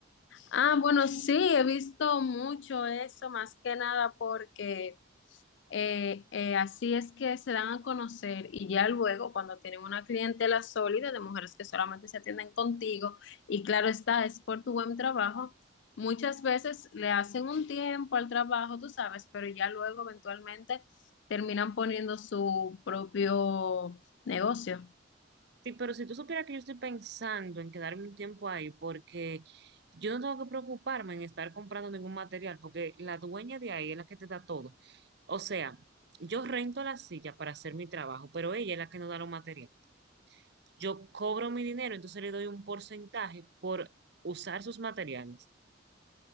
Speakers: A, on the left; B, on the right.
A: Ah, bueno, sí, he visto mucho eso, más que nada porque eh, eh, así es que se dan a conocer y ya luego cuando tienen una clientela sólida de mujeres que solamente se atienden contigo y claro está, es por tu buen trabajo, muchas veces le hacen un tiempo al trabajo, tú sabes, pero ya luego eventualmente terminan poniendo su propio negocio.
B: Sí, pero si tú supieras que yo estoy pensando en quedarme un tiempo ahí porque yo no tengo que preocuparme en estar comprando ningún material porque la dueña de ahí es la que te da todo. O sea, yo rento la silla para hacer mi trabajo, pero ella es la que nos da los materiales. Yo cobro mi dinero, entonces le doy un porcentaje por usar sus materiales.